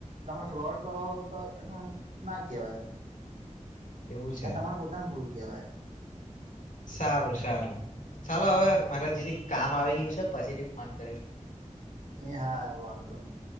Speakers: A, on the right; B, on the left.
A: તમે ફ્રોડ કો તો એવુ ના કહેવાય
B: એવું છે
A: એ તમારી પોતા ની ભૂલ કહેવાયે
B: સારું સારું ચાલો હવે મારે જીરીક કામ આવી ગયું છે પછીથી ફોન કરી
A: એ હા એ વાંધો નહી